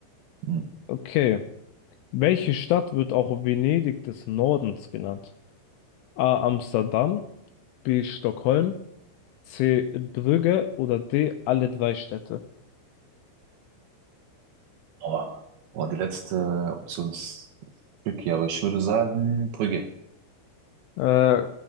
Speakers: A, on the right; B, on the left.
A: Mhm.
B: Okay. Welche Stadt wird auch Venedig des Nordens genannt? A. Amsterdam, B. Stockholm, C. Brügge oder D. Alle drei Städte.
A: Aber boah, die letzte Option ist tricky, aber ich würde sagen Brügge.
B: Äh,